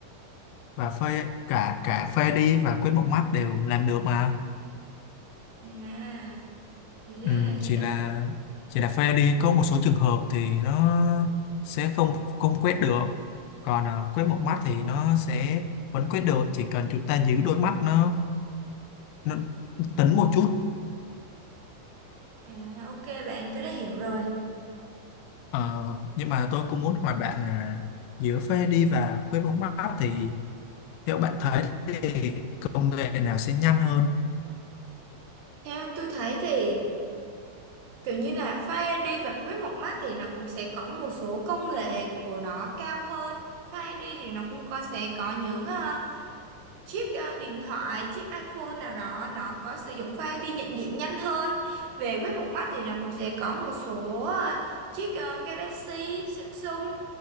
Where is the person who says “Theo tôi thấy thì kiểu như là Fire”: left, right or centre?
Right